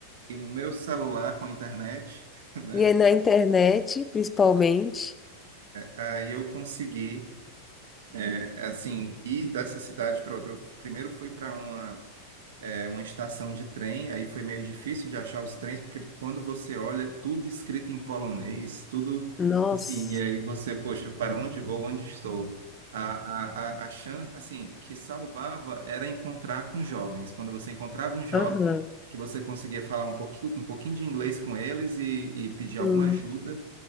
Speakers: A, on the right; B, on the left.
A: e no meu celular com a internet, <laughs> né?
B: E aí na internet, principalmente.
A: Aí eu consegui, é, assim, ir dessa cidade para outra. Eu fu- primeiro fui para uma, é, uma estação de trem, aí foi meio difícil de achar os trens, porque quando você olha, tudo escrito em polonês, tudo
B: Nossa.
A: assim, e aí você, poxa, para onde vou, onde estou? A, a, a, a chance, assim, o que salvava era encontrar com jovens. Quando você encontrava um jovem,
B: Aham.
A: que você conseguia falar um pouquinho, um pouquinho de inglês com eles e, e pedir
B: Sim.
A: alguma ajuda.